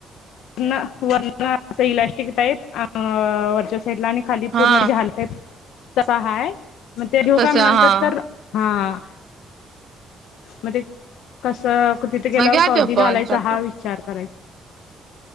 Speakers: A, on the left; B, on the right.
A: ण वरण असं, इलास्टिक टाईप, अ वरच्या साईडला आणि खाली
B: हा
A: पूर्ण झालर, टाइप, तसं हाय, मग ते घेऊ
B: तस
A: का मग
B: हा
A: नंतर तर, हा, मध्ये कसं, तिथे गेल्यावर
B: मग घ्या
A: कधी
B: तो
A: घालायचा
B: पण चालतय
A: हा,
B: तस
A: विचार
B: पण
A: करायचा.